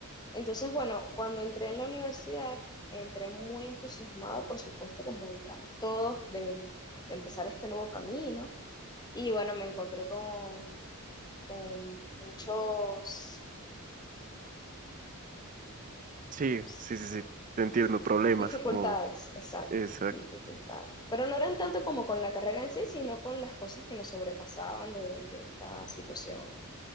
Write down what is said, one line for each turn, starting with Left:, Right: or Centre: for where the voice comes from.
Left: Entonces, bueno, cuando entré en la universidad, entré muy entusiasmado, por supuesto, como entramos todos, de de empezar este nuevo camino y bueno, me encontré con, con muchos eh,
Right: Sí,
Left: pues,
Right: sí, sí, sí, te entiendo, problemas
Left: dificultades,
Right: como
Left: exacto,
Right: esa.
Left: dificultades. Pero no eran tanto como con la carrera en sí, sino con las cosas que nos sobrepasaban de, de esta situación